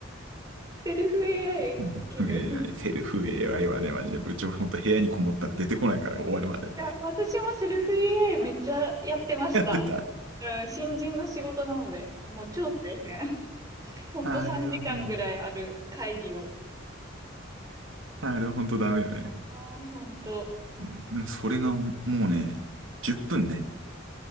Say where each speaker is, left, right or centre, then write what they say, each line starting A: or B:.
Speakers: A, on the right; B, on the right.
A: セルフ AI
B: <laughs>
A: 受ける。
B: セルフ AI、セルフ AI はね、マジで部長、本当部屋にこもったら出てこないから終わるまで
A: いや、私もセルフ AI めっちゃやってました。
B: やってた。
A: うん、新人の仕事なので、もう超大変。ほんと3時間ぐらいある会議を。
B: あれはね、あれは本当ダメよね。
A: ああ、ほんと。
B: うん、でもそれがもうね、10分ね、